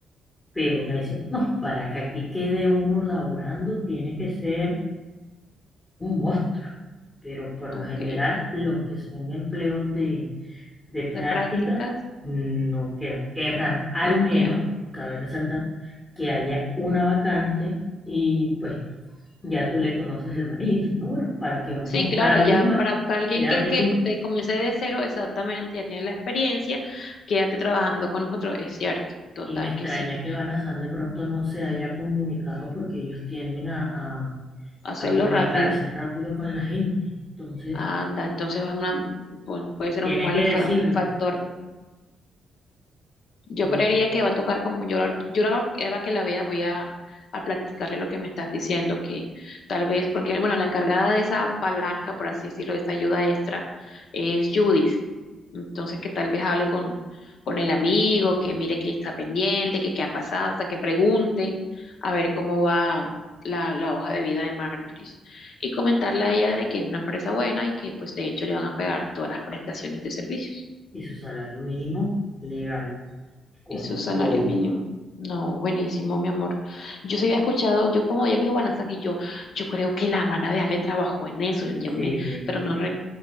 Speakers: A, on the left; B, on the left.
A: pero me decían, no, para que aquí quede uno laborando tiene que ser un monstruo, pero por
B: Ok,
A: lo general los que son empleos de, de práctica
B: de prácticas
A: no quedan. Es raro, al
B: no
A: menos,
B: queda.
A: cabe resaltar, que haya una vacante y pues ya tú le conoces el maní y dices, no, bueno, ¿para qué vamos
B: Sí,
A: a buscar
B: claro,
A: a alguien
B: ya
A: más?
B: para buscar alguien
A: Quédate
B: que, que
A: tú.
B: te comience de cero, exactamente, ya tiene la experiencia, quédate trabajando con nosotros, es cierto, total
A: Y me extraña
B: que sí.
A: que Banazán de pronto no se haya comunicado porque ellos tienden a, a-
B: Hacerlo
A: a comunicarse
B: rápido,
A: rápido con la gente. Entonces,
B: anda, entonces es una- pu- puede ser
A: tiene
B: un malo,
A: que decirle,
B: fa- un factor Yo
A: tiene,
B: creería que va a tocar como yo, la- yo la, a la que la vea voy a, a platicarle lo que me estás diciendo, que tal vez, porque bueno, la encargada de esa palanca, por así decirlo, de esa ayuda extra, es Judith. Entonces, que tal vez hable con, con el amigo, que mire que está pendiente, que qué ha pasado, hasta que pregunte a ver cómo va la, la hoja de vida de Marjorie. Y comentarle a ella de que es una empresa buena y que pues de hecho le van a pagar todas las prestaciones de servicios
A: y su salario mínimo legal, con
B: y su salario
A: todo.
B: mínimo. No, buenísimo, mi amor. Yo se había escuchado, yo como ella me dijo Banazán y yo, yo creo que la hermana de Ale trabajó en eso, yo,
A: Sí,
B: yo me,
A: sí.
B: pero no, re-